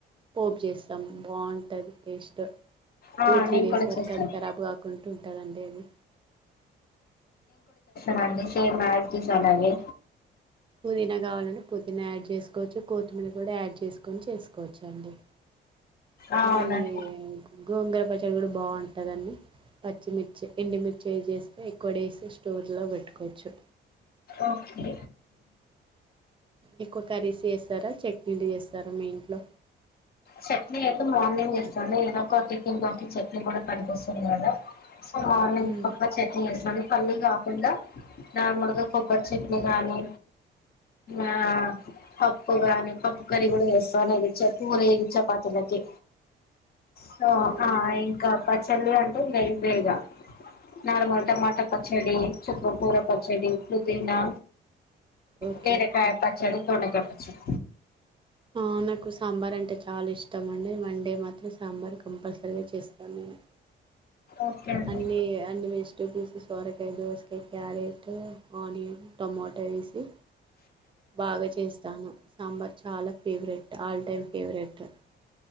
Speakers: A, on the right; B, on the left.
A: పోపు చేస్తాము బాగుంటది టేస్ట్
B: ఆ
A: టూ త్రీ
B: నేను
A: డేస్
B: కూడా
A: వరకు
B: చేస్తాను
A: అది ఖరాబ్ కాకుంటుంటదండి అది
B: నండి సేమ్ ఆస్టిస్ అలాగే
A: పుదీనా కావాలంటే పుదీనా యాడ్ చేస్కోవచ్చు. కోత్తిమీర్ కూడా యాడ్ చేస్కొని చేస్కోవచ్చు అండి
B: ఆ అవునండి
A: మళ్ళీ గోంగూర పచ్చడి కూడా బాగుం కదండి. పచ్చిమిర్చి ఎండుమి చేజేస్తే ఎక్కువ డేస్ స్టోర్ల వేట్టుకోవచ్చు
B: ఓకే
A: ఎక్కువ కర్రీస్ చేస్తారా చట్నీలు చేస్తారా మీ ఇంట్లో
B: చట్నీ అయితే మార్నింగ్ చేస్తా ఆన్లీ ఏదో ఒక టిఫిన్ లోకి చట్నీ కూడా పనికొస్తుంది కదా సో మార్నింగ్
A: హ్మ్
B: పక్క చెట్నీ చేసినండి పల్లి కాకుండా నార్మల్ గా కొబరి చట్నీ గానీ ఆ పప్పు గాని పప్పు కర్రీ కూడా వేస్తా అనేది చెప్పు మరి చపాతీ లోకి సో
A: అవునండి
B: ఆ ఇంకా పచ్ చెల్లి అంటే నయి తేజ నార్మల్ టమాటా పచ్చడి చుక్కకూర పచ్చడి పుదీనా
A: ఓకే
B: బీరకాయా పచ్చడి దొండకాయ పచ్చడ
A: ఆ నాకు సాంబార్ అంటే చాలా ఇష్టం అండి మండే మాత్రం సాంబార్ కంపల్సరీగా చేస్తాను నేను
B: ఓకే అండి
A: అన్ని అన్ని వేస్ ట్యుటోబు సొరకాయ, దోసకాయ క్యారెట్ ఆనియన్ టొమాటో వేసి బాగా చేస్తాను సాంబార్ చాలా ఫేవరెట్ ఆల్ టైమ్ ఫేవరెట్.